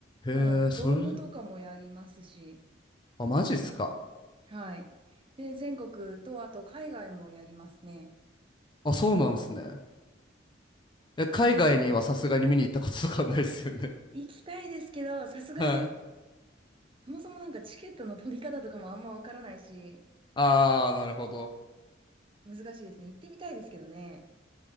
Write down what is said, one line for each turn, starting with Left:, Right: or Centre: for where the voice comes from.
Left: へえ、
Right: もうドームとかもやりますし、
Left: それ、あ、マジっすか。
Right: はい。で、全国とあと海外もやりますね。
Left: あ、そうなんですね。え、海外にはさすがに見に行ったこととかはないですよね。
Right: 行きたいですけど、さすがに、
Left: <laughs> はい。
Right: そもそもなんかチケットの取り方とかもあんまわからないし、
Left: ああ、なるほど。
Right: 難しいですね。行ってみたいですけどね。